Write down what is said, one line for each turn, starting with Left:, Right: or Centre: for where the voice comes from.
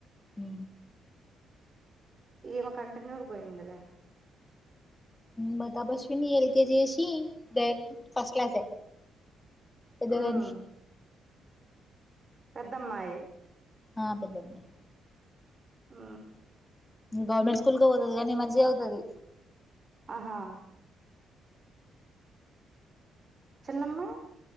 Left: హ
Right: ఈమ కంటిన్యూ పోయిందలే
Left: మ తబస్విని ఎల్కజీసి డైరెక్ ఫస్ట్ క్లాస్ ఎదవ
Right: ఉమ్ పెద్దమ్మాయి
Left: ఆ పేదమయి
Right: ఉ
Left: గవర్నమెంట్ స్కూల్ కౌ పోతుది కానీ మంచిగా చదువుతుది
Right: ఆహా చిన్నమ్మా